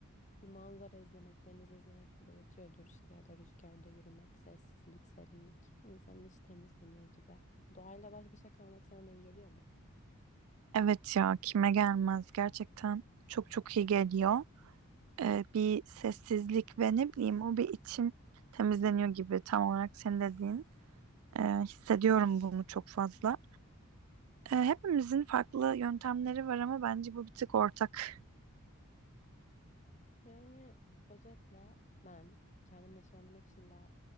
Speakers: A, on the left; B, on the right.
A: Bir manzara izlemek, denizi izlemek bile yetiyordur işte ya da rüzgarda yürümek, sessizlik, serinlik. İnsanın içi temizleniyor gibi. Doğayla baş başa kalmak sana da iyi geliyor mu?
B: Evet ya kime gelmez gerçekten çok çok iyi geliyor. E, bir sessizlik ve ne bileyim o bir içim temizleniyor gibi tam olarak senin dediğin. E, hissediyorum bunu çok fazla. E, hepimizin farklı yöntemleri var ama bence bu bir tık ortak.
A: Yani özetle ben kendimi neşelendirmek için illa